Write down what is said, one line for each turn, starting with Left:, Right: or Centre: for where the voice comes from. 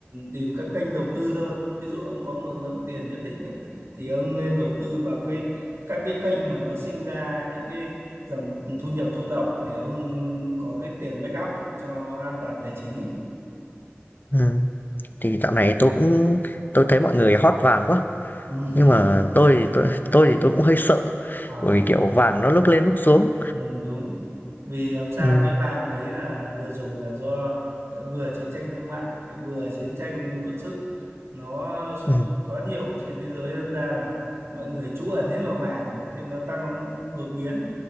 Right: tìm các kênh đầu tư thôi. Ví dụ ông có một lượng tiền nhất định ấy, thì ông nên đầu tư vào cái các cái kênh mà nó sinh ra những cái dòng thu nhập thụ động để ông có cái tiền backup cho nó an toàn tài chính ấy.
Left: không? Ừm, thì dạo này tôi cũng tôi thấy mọi người hót vàng quá,
Right: Ừ.
Left: nhưng mà tôi thì tôi tôi thì tôi cũng hơi sợ,
Right: À.
Left: bởi vì, kiểu, vàng nó lúc lên lúc xuống.
Right: Ừ, đúng vì làm sao
Left: Ừm,
Right: cái vàng đấy là vừa rồi là do ờ, vừa chiến tranh thương mại lại vừa chiến tranh quân sự nó xung
Left: ừm,
Right: đột quá nhiều trên thế giới đâm ra là mọi người trú ẩn hết vào vàng cho nên nó tăng đột biến